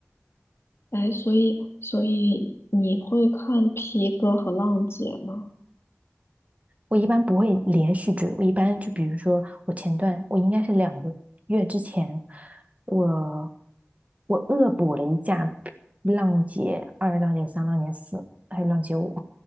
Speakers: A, on the left; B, on the right.
A: 哎，所以，所以你会看皮哥和浪姐吗？
B: 我一般不会连续追，我一般就比如说，我前段我应该是两个月之前，我我恶补了一架浪姐二、浪姐三、浪姐四，还有浪姐五，